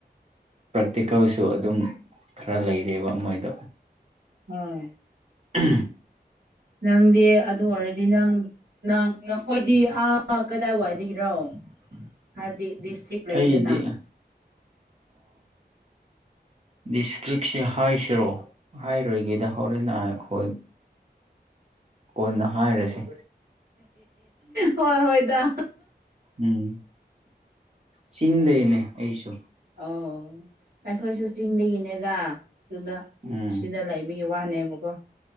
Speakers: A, on the right; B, on the right.
A: ꯄꯇꯤꯀꯜꯁꯨ ꯑꯗꯨꯝ ꯈꯔ ꯂꯩꯔꯦꯕ ꯃꯣꯏꯗ
B: ꯎꯝ
A: ꯎ
B: ꯅꯪꯗꯤ ꯑꯗꯨ ꯑꯣꯏꯔꯗꯤ ꯅꯪ ꯅꯪ ꯅꯈꯣꯏꯗꯤ ꯑꯥ ꯀꯗꯥꯏ ꯋꯥꯏꯗꯒꯤꯔꯣ ꯍꯥꯏꯕꯗꯤ ꯗꯤꯁꯇ꯭ꯔꯤꯛ ꯂꯩꯗꯅ
A: ꯑꯩꯗꯤ ꯗꯤꯁꯇ꯭ꯔꯤꯛꯁꯦ ꯍꯥꯏꯁꯤꯔꯣ ꯍꯥꯏꯔꯣꯏꯒꯦꯗ ꯍꯣꯔꯦꯟ ꯅ ꯍ ꯀꯣꯟꯅ ꯍꯥꯏꯔꯁꯤꯦ
B: ꯍꯣꯏ ꯍꯣꯏꯗ
A: ꯎꯝ ꯆꯤꯡꯗꯅꯦ ꯑꯩꯁꯨ
B: ꯑꯣ ꯑꯩꯈꯣꯏꯁꯨ ꯆꯤꯡꯗꯒꯤꯅꯦꯗ ꯑꯗꯨꯗ
A: ꯎꯝ
B: ꯁꯤꯗ ꯂꯩꯕꯒꯤ ꯋꯥꯅꯦꯕꯀꯣ